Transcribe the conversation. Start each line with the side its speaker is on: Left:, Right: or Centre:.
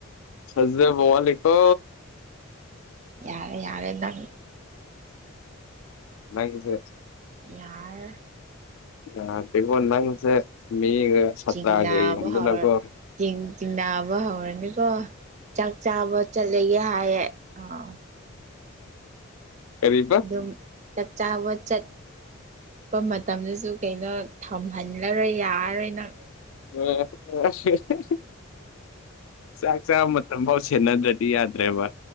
Left: ꯊꯖꯕ ꯋꯥꯠꯂꯦꯀꯣ
Right: ꯌꯥꯔꯦ ꯌꯥꯔꯦ ꯅꯪ
Left: ꯅꯪꯖꯦ
Right: ꯌꯥꯔ
Left: ꯌꯦꯗꯦꯀꯣ ꯅꯪꯁꯦ ꯃꯤꯒ ꯁꯥꯇ꯭ꯔꯥꯒ
Right: ꯆꯤꯡꯅꯥꯕ
Left: ꯌꯦꯡꯉꯝꯗꯅꯀꯣ
Right: ꯍꯧꯔ ꯆꯤꯡ ꯆꯤꯡꯅꯥꯕ ꯍꯧꯔꯅꯤꯀꯣ ꯆꯥꯛ ꯆꯥꯕ ꯆꯠꯂꯒꯦ ꯍꯥꯏꯌꯦ ꯑꯥꯎ
Left: ꯀꯔꯤꯕ
Right: ꯑꯗꯨꯝ ꯆꯥꯛ ꯆꯥꯕ ꯆꯠ ꯄ ꯃꯇꯝꯗꯁꯨ ꯀꯩꯅꯣ ꯊꯝꯍꯜꯂꯔꯣꯏ ꯌꯥꯔꯔꯣꯏ ꯅꯪ
Left: <unintelligible> ꯆꯥꯛ ꯆꯥꯕ ꯃꯇꯝ ꯐꯥꯎ ꯁꯦꯟꯅꯗ꯭ꯔꯗꯤ ꯌꯥꯗ꯭ꯔꯦꯕ